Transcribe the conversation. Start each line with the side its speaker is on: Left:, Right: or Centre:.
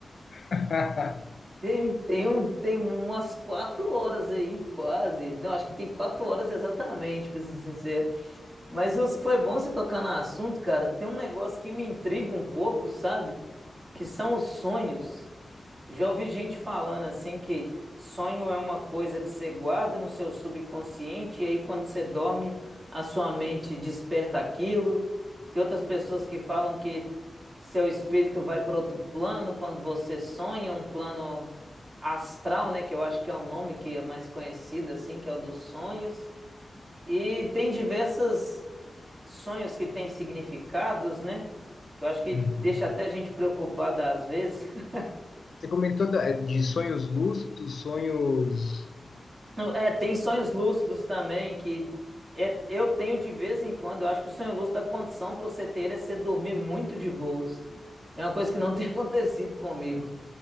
Left: <laughs>
Right: Tem, tem, um, tem umas quatro horas aí, quase. Não, acho que tem quatro horas exatamente, pra ser sincero. Mas ô, foi bom você tocar no assunto, cara. Tem um negócio que me intriga um pouco, sabe? Que são os sonhos. Já ouvi gente falando assim que sonho é uma coisa que você guarda no seu subconsciente e aí quando você dorme, a sua mente desperta aquilo. Tem outras pessoas que falam que seu espírito vai para outro plano quando você sonha, um plano astral, né, que eu acho que é o nome que é mais conhecido assim, que é o dos sonhos. E tem diversas sonhos que têm significados, né? Que eu acho que
Left: Uhum.
Right: deixa até a gente preocupada às vezes. <laughs>
Left: Você comentou da- de sonhos lúcidos, sonhos.
Right: Não, É, tem sonhos lúcidos também que é, eu tenho de vez em quando. Eu acho que o sonho lúcido, a condição para você ter ele é você dormir muito de boas. É uma coisa que não tem <laughs> acontecido comigo.